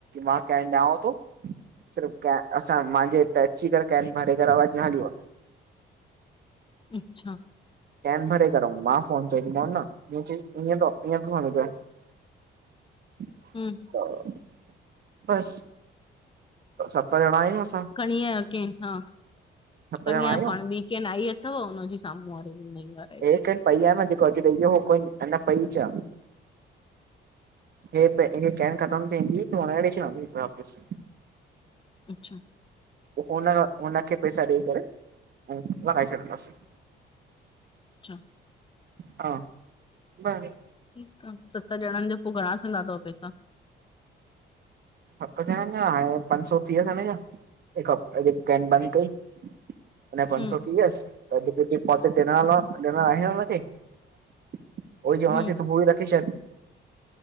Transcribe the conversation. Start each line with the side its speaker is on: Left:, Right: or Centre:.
Right: मां कैन ॾियांव तो, सिर्फ केन असां मांजे हिते अची करे केन मां ॾई करे आवाजु ॾियां जो,
Left: अच्छा।
Right: केन भरे करे मां फोन चईमान <unintelligible> नअंअं थो स <inaudible>
Left: हम्म
Right: त बस सत जणा आयूंसि।
Left: खणी आहियो केथां, हा
Right: सत
Left: खणी
Right: ॼणा
Left: आयो
Right: आहियूं
Left: पाण बी। केनि आई अथव हुनजी साम्हूं वारे जी ॾिनईं त।
Right: हेकट पईया न जेको अजु ॾई वियो हो कोई, अञा पईच् आ। हे पहिरीं केन ख़तम वेंदी, पो हारे छॾींदसि वापस।
Left: अच्छा।
Right: पोइ हुन हुनखे पैसा ॾेई करे ऐं वहाए छॾींदासीं।
Left: अच्छा।
Right: हा, बले।
Left: ठीकु आ, सत ॼणनि जो पोइ घणा थींदा तव पैसा?
Right: सत ॼाणंनि जा हाणे पंज सौ टीह थीया इन जा, केन बंदि कई। हिन जा पंज
Left: हम्म
Right: सौ थी वियस, अञु हित डिपोसाइट ॾियण आयो आयां उन खे। उहो चवांसि
Left: हम्म
Right: तूं पो ई रखी छॾि।